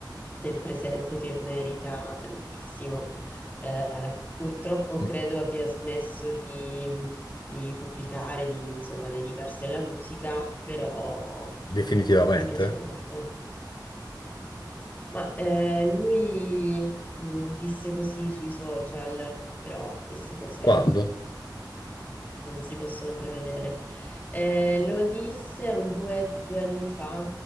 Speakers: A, on the left; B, on the left.
A: del presente che merita tantissimo. Eh, purtroppo
B: Mm.
A: credo abbia smesso di, di pubblicare, di insomma dedicarsi alla musica, però
B: Definitivamente?
A: mi piace molto. Ma eh, lui mh, disse così sui social, però queste cose
B: Quando?
A: non si possono prevedere. Eh, lo disse un due, due anni fa.